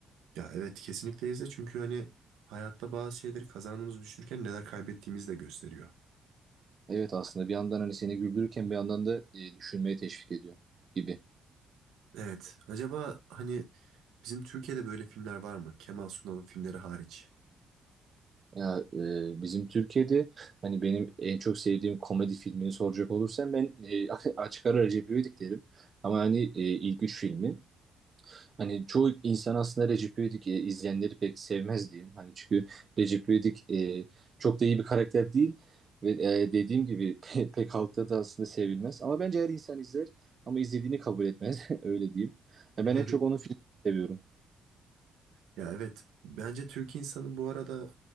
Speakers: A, on the right; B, on the right.
A: Ya evet kesinlikle izle çünkü hani hayatta bazı şeyleri kazandığımızı düşünürken neler kaybettiğimizi de gösteriyor.
B: Evet aslında bir yandan hani seni güldürürken bir yandan da e, düşünmeye teşvik ediyor gibi.
A: Evet acaba hani bizim Türkiye'de böyle filmler var mı? Kemal Sunal'ın filmleri hariç.
B: Ya e, bizim Türkiye'de hani benim en çok sevdiğim komedi filmini soracak olursam ben e, <laughs> açık ara Recep İvedik derim. Ama hani e, ilk üç filmi hani çoğu insan aslında Recep İvedik e, izleyenleri pek sevmez diyeyim. Hani çünkü Recep İvedik e, çok da iyi bir karakter değil ve e, dediğim gibi <laughs> pe- pek halkta da aslında sevilmez. Ama bence her insan izler ama izlediğini kabul etmez <laughs> öyle diyeyim. Ya
A: <laughs>
B: ben en çok onun filmini seviyorum.
A: Ya evet. Bence Türk insanı bu arada